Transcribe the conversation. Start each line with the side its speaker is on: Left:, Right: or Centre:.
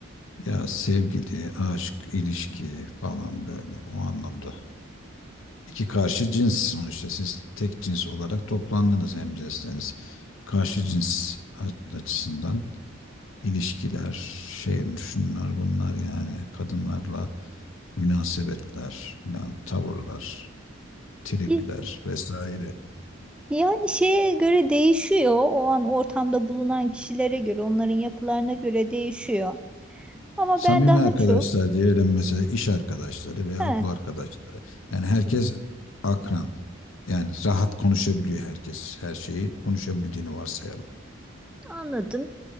Left: Ya sevgili, aşk, ilişki falan böyle o anlamda. İki karşı cins sonuçta siz tek cins olarak toplandınız hemcinsleriniz. Karşı cins a- açısından ilişkiler, şey şunlar bunlar yani kadınlarla münasebetler filan tavırlar. tripler
Centre: Y-
Left: vesaire.
Centre: Yani şeye göre değişiyor. O an ortamda bulunan kişilere göre, onların yapılarına göre değişiyor. Ama
Left: Samimi
Centre: ben daha
Left: arkadaşlar
Centre: çok
Left: diyelim mesela iş arkadaşları veya
Centre: he,
Left: okul arkadaşları. Yani herkes akran. Yani rahat konuşabiliyor herkes. Her şeyi konuşabildiğini varsayalım.
Centre: anladım.